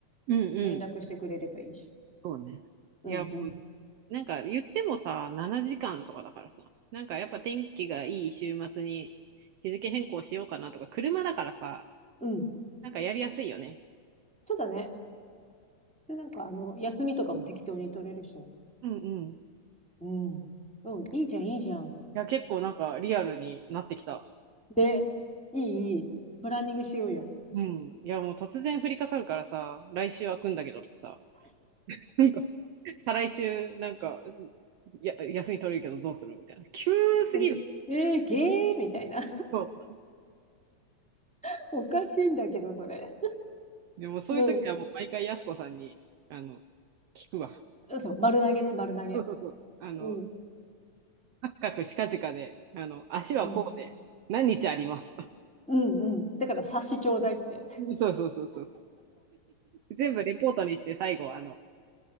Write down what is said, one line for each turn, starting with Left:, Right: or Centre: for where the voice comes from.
Right: うんうん、
Centre: 連絡してくれればいいし。
Right: そうね。
Centre: うんうん。
Right: いや、もうなんか言ってもさ、7時間とかだからさ、なんかやっぱ天気がいい週末に日付変更しようかなとか、車だからさ、
Centre: うん。
Right: なんかやりやすいよね。
Centre: そうだね。で、なんか、あの、休みとかも適当に取れるしね。
Right: うんうん。い
Centre: うん。うん、いいじゃん、いいじゃん。
Right: や、結構なんかリアルになってきた。
Centre: で、いい、いい。プランニングしようよ。
Right: うん。いや、もう突然降りかかるからさ、来週開くんだけどとかさ、なんか再来週なんか、や、休み取れるけどどうするみたいな。急すぎる。
Centre: え、えー、ゲーみたいな。
Right: そう。
Centre: <laughs> おかしいんだけど、それ。
Right: でもそういう時はもう毎回やす子さんに、
Centre: の、
Right: あの、聞くわ。
Centre: そう、丸投げね、丸投げ。
Right: そうそうそう。あの、
Centre: うん、
Right: カクカクしかじかで、あの、足はこうで、
Centre: うん、
Right: 何日あります。<laughs>
Centre: うん、うん。だから、察しちょうだいって。
Right: そうそうそうそう。全部レポートにして最後、あの、